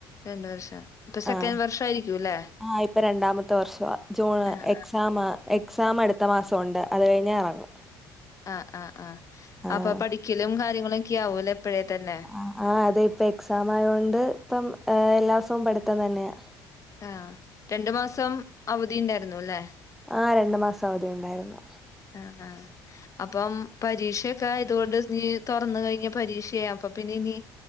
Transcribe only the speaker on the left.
രണ്ട് വർഷം ഇപ്പൊ സെക്കൻഡ്
വർഷം ആയിരിക്കുംല്ലേ
ആഹ്
ആഹ് ആഹ് ആഹ്.
അപ്പൊ പഠിക്കലും കാര്യങ്ങളൊക്ക്യാ ആവുല്ലേ ഇപ്പഴേ തന്നെ
ആഹ് രണ്ട് മാസം അവധി ഇണ്ടാര്ന്നു ല്ലെ.
ആഹ് ആഹ് അപ്പം പരീക്ഷൊക്കെ ആയത് കൊണ്ട് ഇനി തൊറന്ന് കഴിഞ്ഞാ പരീക്ഷയാ അപ്പൊ പിന്നെ ഇനി